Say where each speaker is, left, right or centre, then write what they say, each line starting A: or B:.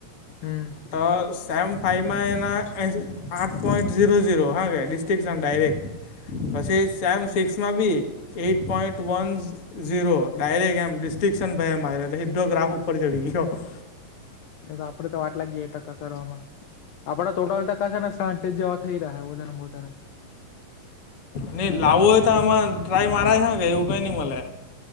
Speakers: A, on the left; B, on the left.
A: હમ
B: તો સેમ ફાઈમાં એના આઠ પોઈન્ટ ઝીરો ઝીરો હા વે ડિસ્ટ્રિક્ટસન ડાયરેક્ટ પછી સેમ સિક્સમાં બી eight point one zero direct એમ ડિસ્ટિંશન ભાઈ મા્યો એટલે સીધો ગ્રાફ ઉપર ચડી ગયો
A: આપડે તો વાટ લાગીએ એટકા કરવામાં આપડા ટોટલ ટ કથાને સાંજ જેવા થઈ રહ્યા વધારે વધારે
B: ની
A: બીકોમમાં
B: લાવવું હોય
A: કરે
B: તો આમાં ટ્રાય મારા છે કે એવું કઈ ની મલે